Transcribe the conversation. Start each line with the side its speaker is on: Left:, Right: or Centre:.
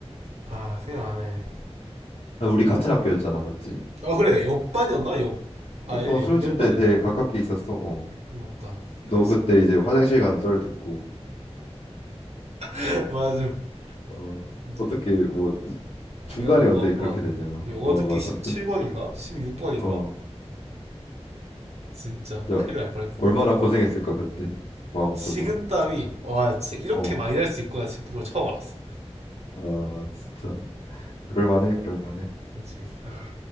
Right: 아 생각 안 해.
Left: 아, 우리 같은 학교였잖아, 맞지?
Right: 어 그래 옆반이었나 옆
Left: 수,
Right: 아예
Left: 어,
Right: 옆
Left: 수능 칠
Right: 옆반이었나?
Left: 때 되게 가깝게 있었어. 어.
Right: 맞다
Left: 너
Right: 그랬어.
Left: 그때 이제 화장실 간 썰 듣고,
Right: <laughs> 맞아
Left: 어,
Right: 진짜.
Left: 어떻게 뭐 중간에
Right: 배가 너무
Left: 어떻게
Right: 아파가지고
Left: 그렇게 되냐?
Right: 영어
Left: 어,
Right: 듣기
Left: 맞아.
Right: 17번인가?
Left: 근,
Right: 16번인가?
Left: 어,
Right: 진짜
Left: 진짜
Right: 큰일 날 뻔했다
Left: 얼마나 고생했을까 그때 마음적으로.
Right: 식은땀이 와 진짜 이렇게
Left: 어,
Right: 많이 날 수 있구나 싶은 걸 처음 알았어
Left: 아, 진짜 그럴만해, 그럴만해.
Right: 그렇지 아